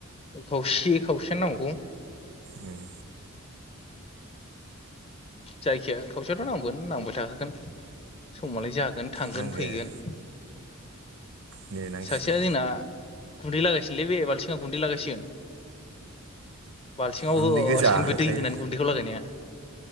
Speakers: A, on the left; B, on the right.
A: खावसे खावसेयानो नांबावगौ
B: उम
A: जायखिया खावसेयाथ' नांगोन नांबाय थागोन समालाय जागोन थांगोन
B: नांगोन
A: फैगोन
B: मिलायनांसिगोन
A: सासेया जोंना गुन्दै लागायसिगोनलै बे बाल्थिङाव गुन्दै लागायसिगोन। बाल्थिङाव
B: गुन्दै
A: होसिगोन
B: गोजा होखायो
A: बे दै होनानै गुन्दैखौ लागायनाया।